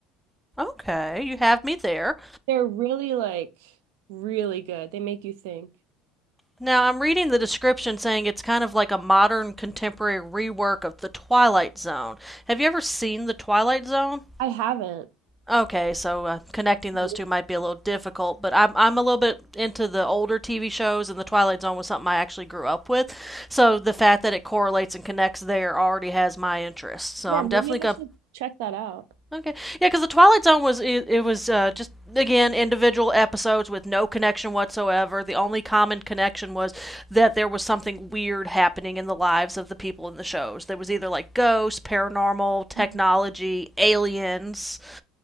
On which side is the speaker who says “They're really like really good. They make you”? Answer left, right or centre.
Right